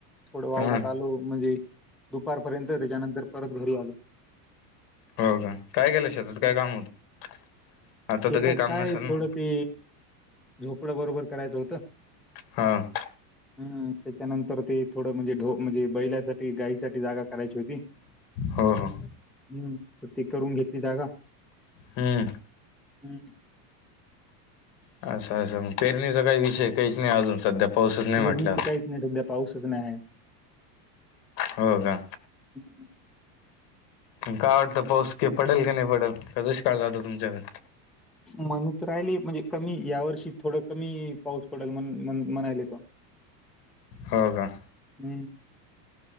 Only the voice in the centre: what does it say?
थोड वावरात
आलो म्हणजे. दुपारपर्यंत त्याच्यानंतर परत घरी आलो.
हम्म.
शेतात
काय
हे थोडं
ते झोपडं बरोबर करायचं होतं.
हं त्याच्यानंतर ते थोडं म्हणजे ढो म्हणजे बैलासाठी, गाईसाठी जागा करायची होती.
हूं त ती करून घेतली जागा.
हं!
पेरणीच
काहीच नाही सध्या, पाऊसच नाही आहे.
आहे
म्हणूत राहिले म्हणजे कमी या वर्षी थोडं कमी पाऊस पडेल म्हन-म्हण म्हणायले त. <inaudible>
हूं!